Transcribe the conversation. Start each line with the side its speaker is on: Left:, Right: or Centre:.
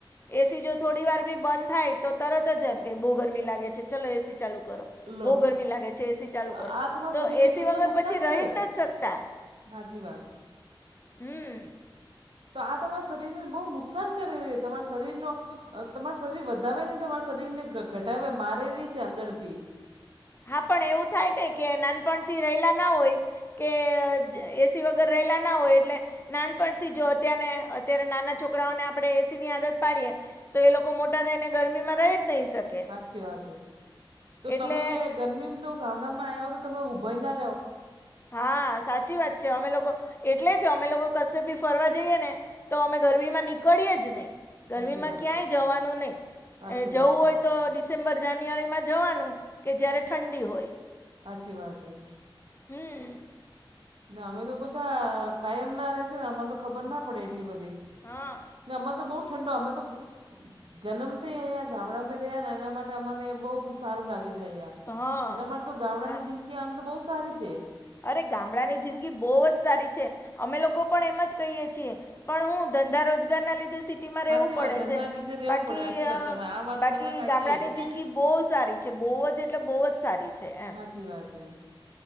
Left: એસી જો થોડી વાર બી બંધ થાય તો, તરત જ એમ કે બહુ ગરમી લાગે છે ચલો એસી ચાલુ કરો.
Right: લો
Left: બઉ ગરમી લાગે છે એસી ચાલુ
Right: તો
Left: કરો,
Right: આ તમારા
Left: તો
Right: શરીરને
Left: એસી
Right: કેટલું
Left: વગર.
Right: નુકસાન
Left: પછી રહી
Right: કરે
Left: જ નથી શકતા,
Right: સાચી વાત
Left: હમ્મ.
Right: તો આ તમારા શરીરને બહુ નુકસાન કરેલી, તમારા શરીરનો. અ તમાર શરીર વધાવે ને, તમારા શરીર ને ઘટાવે મારેલી છે અંદરથી.
Left: હા પણ એવું થાય ને કે નાનપણથી રહેલા ના હોય. કે એસી વગર રહેલા ના હોય એટલે. નાનપણથી જો અત્યાને અત્યારે નાના છોકરાઓને આપણે એસીની આદત પાડીએ. તો એ લોકો મોટા થઈને ગરમીમાં રહી જ નહી શકે.
Right: હાચી વાત એ, તો
Left: એટલે
Right: તમે ગરમીમાં તો ગામડામાં આવ્યા હો તો તમે ઊભાય ના રહો.
Left: હા સાચી વાત છે, અમે લોકો એટલે જ અમે લોકો કશે બી ફરવા જઈએે ને. તો અમે ગરમીમાં નીકળીએે જ નય. ગરમીમાં
Right: સાચી વાત
Left: ક્યાંય
Right: એ
Left: જવાનું નહી
Right: સાચી
Left: અને જવું
Right: વાત
Left: હોય
Right: એ
Left: તો. ડિસેમ્બર, જાન્યુઆરીમાં જવાનું કે જયારે ઠંડી હોય.
Right: હાચી વાત હૈ.
Left: હમ્મ.
Right: ના અમે તો બધા કાયમના રહે છે, અમન તો ખબર ના પડે એટલી બધી.
Left: હા.
Right: ને અમાં તો બહુ ઠંડો, અમે તો. જનમથી અહંયા ગામડામાં રહ્યાને એના માટે અમાને બઉ સારું લાગે છે અહંયા.
Left: હા
Right: એના માટે શું ગામડાની
Left: હા
Right: જિંદગી આમ તો બહુ સારી છે.
Left: અરે ગામડાની જિંદગી બહુ જ સારી છે, અમે લોકો પણ એમ જ કહીએ છીએ. પણ હું ધંધા રોજગારના લીધે સી ટીમાં
Right: સાચી
Left: રેવું પડે
Right: વાત ધંધા
Left: છે,
Right: રીતે રહેવું
Left: બાકી
Right: પડે સાચી વાત
Left: અ
Right: તમારે આ વાત તો
Left: બાકી
Right: તમારી સાચી
Left: ગામડાની
Right: એ.
Left: જિંદ ગી બહુ સારી છે, બહુ જ એટલે બહુ જ સારી. છે એમ
Right: હાચી વાત હૈ.